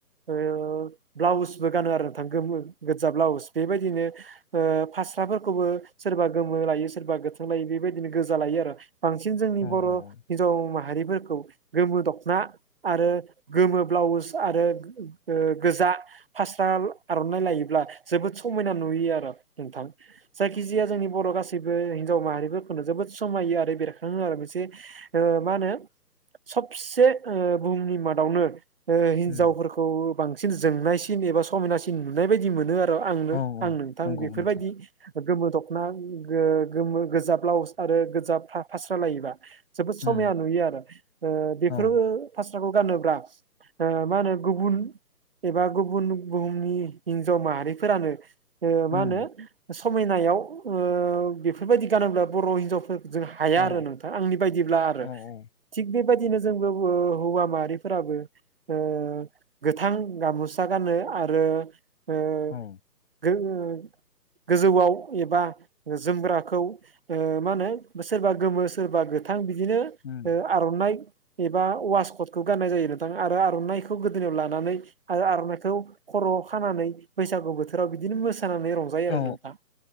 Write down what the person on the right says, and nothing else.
ओ ब्लाउसबो गानो आरो नोंथां गोमो गोजा ब्लाउस बेबायदिनो ओ फास्राफोरखौबो सोरबा गोमो लायो सोरबा गोथां लायो बेबायदिनो गोजा लायो आरो बांसिन जोंनि
बर'
हिनजाव माहारिफोर खौ गोमो दख'ना आरो गोमो ब्लाउस आरो ओ गोजा फास्रा आर'नाइ लायोब्ला जोबोद समायना नुयो आरो नोंथां जायखि जिया जोंनि बर' गासैबो हिनजाव माहारिफोरखौनो जोबोद समायो आरो बेरखाङो आरो मोनसे ओ मा होनो सबसे ओ बुहुमनि मादावनो ओ हिनजावफोर
खौ बांसिन जोंनायसिन एबा समायनासिन नुनाय बायदि मोनो आर आंनो
आं नोंथां
बेफोरबायदि
गोमो दख'ना गो-गोमो गोजा ब्लाउस आरो गोजा फा-फास्रा लायोबा जोबोद
समायना नुयो आरो ओ बेफोरो
फास्राखौ गानोब्ला ओ मा होनो गुबुन एबा गुबुन बुहुमनि हिन्जाव माहारिफोरानो ओ मा
होनो समायनायाव ओ बेफोरबायदि गानोब्ला बर' हिनजावफोर जों हाया
आरो नोंथां आंनि बायदिब्ला आरो
थिग बेबायदिनो जोंबो ओ हौवा माहारिफोराबो ओ गोथां गाम'सा गानो आरो उम
गो-गोजौआव एबा जोमग्राखौ ओ मा होनो सोरबा गोमो सोरबा गोथां बिदिनो
ओ आर'नाइ एबा वासकटखौ गाननाय जायो नोंथां आरो आर'नाइखौ गोदोनायाव लानानै आरो आर'नाइखौ खर' खानानै बैसागु बोथोराव बिदिनो मोसानानै रंजायो
आरो नोंथां।